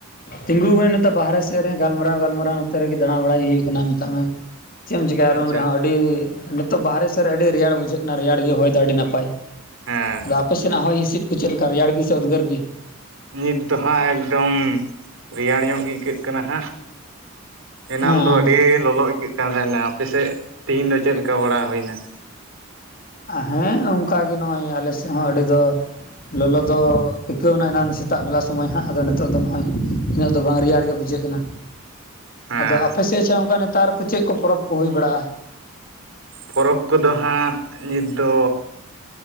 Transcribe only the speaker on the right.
ᱟᱪᱪᱷᱟ
ᱦᱮᱸ
ᱱᱤᱛ ᱫᱚ ᱦᱟᱸᱜ ᱮᱠᱫᱚᱢ ᱨᱮᱭᱟᱲ ᱧᱚᱜ ᱜᱮ ᱟᱹᱭᱠᱟᱹᱜ ᱠᱟᱱᱟ ᱦᱟᱸᱜ᱾ ᱮᱱᱟᱱ
ᱫᱚ ᱟᱹᱰᱤ ᱞᱚᱞᱚ ᱟᱹᱭᱠᱟᱹᱜ ᱠᱟᱱ ᱛᱟᱸᱦᱮᱸᱱᱟ ᱟᱯᱮᱥᱮᱫ ᱛᱮᱦᱤᱧ ᱫᱚ ᱪᱮᱫ ᱞᱮᱠᱟ ᱵᱟᱲᱟ ᱦᱩᱭᱱᱟ?
ᱦᱮᱸ
ᱯᱚᱨᱚᱵᱽ ᱠᱚᱫᱚ ᱦᱟᱸᱜ ᱱᱤᱛ ᱫᱚ